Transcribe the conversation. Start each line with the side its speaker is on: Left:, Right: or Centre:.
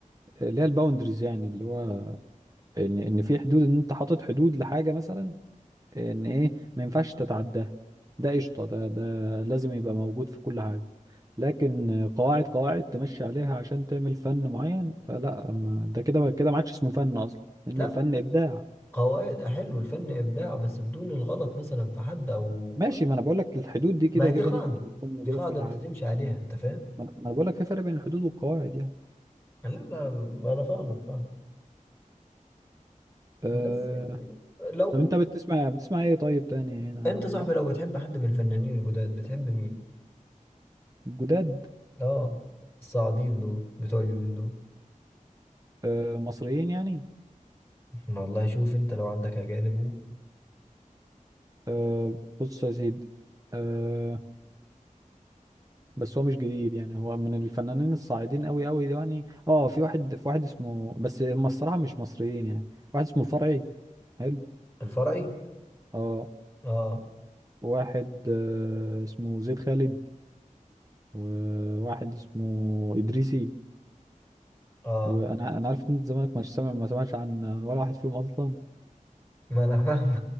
Right: اللي هي الباوندريز يعني اللي هو ان ان في حدود ان انت حاطط حدود لحاجه مثلا ان ايه ما ينفعش تتعداها ده قشطه ده ده لازم يبقى موجود في كل حاجه لكن قواعد قواعد تمشي عليها عشان تعمل فن معين فلا ما ده كده كده ما عادش اسمه فن اصلا لان
Left: لا
Right: الفن ابداع
Left: قواعد حلو الفن إبداع بس بدون الغلط مثلا في حد أو
Right: ماشي ما انا بقول لك الحدود دي كده
Left: ما هي
Right: كده
Left: دي قاعدة
Right: لازم تكون موجوده
Left: دي قاعدة
Right: في كل
Left: انت
Right: حاجه
Left: تمشي عليها انت فاهم
Right: ما انا ما أنا بقول لك في فرق بين الحدود والقواعد يعني
Left: لا لا انا فاهمك فاهم
Right: أه...
Left: بس يعني لو
Right: طب انت بتسمع بتسمع ايه طيب تاني هنا
Left: انت صاحبي
Right: مط-
Left: لو بتحب حد من الفنانين الجداد بتحب مين
Right: جداد
Left: اه الصاعدين دول بتوع اليومين دول
Right: أه... مصريين يعني
Left: احنا والله شوف انت لو عندك اجانب
Right: أه... بص يا سيدي أه... بس هو مش جديد يعني هو من الفنانين الصاعدين قوي قوي يعني اه في واحد في واحد اسمه بس هم الصراحه مش مصريين يعني واحد اسمه الفرعي حلو
Left: الفرعي
Right: اه
Left: اه
Right: واحد آه، اسمه زيد خالد وواحد اسمه ادريسي
Left: اه
Right: وانا انا عارف ان انت زمانك مش سامع ما سمعتش عن عن ولا واحد فيهم اصلا
Left: ما انا فاهم